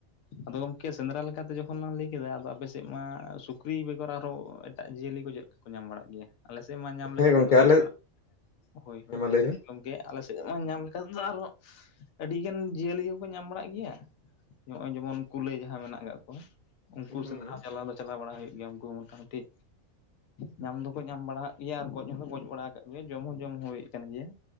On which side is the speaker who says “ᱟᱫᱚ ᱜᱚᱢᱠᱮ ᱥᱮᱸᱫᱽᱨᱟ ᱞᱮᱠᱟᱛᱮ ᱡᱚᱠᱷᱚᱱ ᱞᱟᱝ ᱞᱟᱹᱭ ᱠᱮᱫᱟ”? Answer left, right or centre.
Left